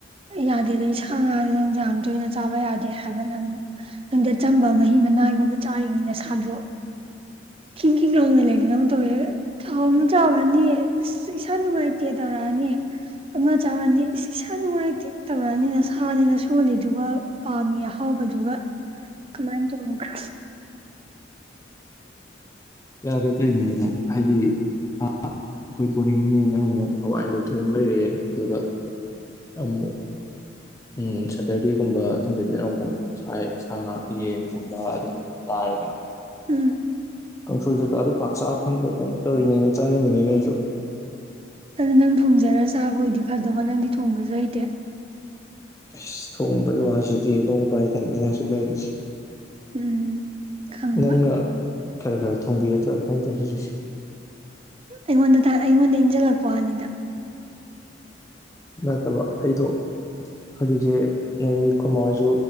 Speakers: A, on the right; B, on the left.
A: ꯌꯥꯗꯦ ꯑꯗꯩ ꯁꯥ ꯉꯥꯥꯁ ꯅꯪ ꯌꯥꯝ ꯌꯥꯝ ꯇꯣꯏꯅ ꯆꯥꯕ ꯌꯥꯗꯦ ꯍꯥꯏꯕ ꯅꯪ ꯅꯪꯗ ꯆꯝꯕ ꯃꯍꯤ ꯂꯅꯥꯏꯒꯨꯝꯕ ꯆꯥꯔꯤꯉꯩꯅ ꯁꯥꯗꯣꯛ ꯈꯤꯡ ꯈꯤꯡ ꯂꯥꯎꯅ ꯂꯩꯕꯗ ꯑꯃ ꯇꯧꯋꯦ ꯊ ꯆꯥꯎꯔꯅꯤ ꯏꯁꯥ ꯅꯨꯡꯉꯥꯏꯇꯦ ꯇꯧꯔꯛꯑꯅꯤ ꯑꯃ ꯆꯥꯎꯔꯅꯤ ꯏꯁꯥ ꯅꯨꯡꯉꯥꯏꯇꯦ ꯇꯧꯔꯛꯑꯅꯤꯅ ꯁꯥꯅꯤꯅ ꯁꯣꯜꯂꯤꯗꯨꯒ ꯄꯥꯝꯃꯤ ꯑꯍꯥꯎꯕꯗꯨꯒ ꯀꯃꯥꯏꯅ ꯆꯣꯡꯉ
B: ꯌꯥꯗ ꯇꯧꯅꯤꯗꯅꯦ ꯍꯥꯏꯗꯤ ꯑꯩꯈꯣꯏ ꯣꯗꯤꯡꯅꯤꯅꯦ ꯅꯪ ꯑꯃꯨꯛ ꯍꯋꯥꯏꯗ ꯊꯣꯡ ꯂꯩꯔꯛꯑꯦ ꯑꯗꯨꯒ ꯑꯃ ꯎꯝ ꯁꯦꯇꯔꯗꯦꯒꯨꯝꯕ ꯁꯨꯝꯕꯁꯤꯗ ꯑꯃꯨꯛ ꯁꯥꯏ ꯁꯥ ꯉ ꯌꯦꯟꯒꯨꯝꯕ ꯑꯗꯨꯝꯕꯗꯨ ꯆꯥꯏ ꯍꯥꯏꯥꯏꯗꯅ
A: ꯎꯝ
B: ꯀꯥꯡꯁꯣꯏ ꯀꯩꯀꯥꯗꯨ ꯄꯥꯛ ꯆꯥ ꯐꯪꯗꯗꯅ ꯇꯧꯔꯤꯉꯅꯦ ꯆꯥꯅꯤꯡꯉꯤꯅꯦꯅꯦ ꯑꯩꯁꯨ
A: ꯑꯗꯨ ꯅꯪ ꯊꯣꯡꯖꯔ ꯆꯥꯕꯣꯏꯗꯤ ꯐꯗꯕ ꯅꯪꯗꯤ ꯊꯣꯡꯕꯁꯨ ꯍꯩꯇꯦ
B: ꯑ ꯊꯣꯡꯕꯩ ꯋꯥꯁꯤꯗꯤ ꯅꯣꯡ ꯄꯥꯏꯗꯅꯤ ꯑꯩꯅ ꯍꯧꯖꯤꯛ ꯂꯩꯔꯤꯁꯦ
A: ꯎꯝ ꯈꯪꯕ
B: ꯅꯪꯅ ꯈꯔ ꯈꯔ ꯊꯣꯡꯕꯤꯒꯗ꯭ꯔꯥ ꯈꯪꯅꯗ ꯈꯜꯂꯤꯁꯦ
A: ꯑꯩꯉꯣꯟꯗ ꯑꯩꯉꯣꯟꯗ ꯏꯟꯁꯤꯜꯂꯛꯄ ꯑꯅꯤꯗ
B: ꯅꯠꯇꯕ ꯑꯩꯗꯣ ꯍꯧꯖꯤꯛꯒꯤ ꯑꯩ ꯈꯨ ꯃꯉꯁꯨ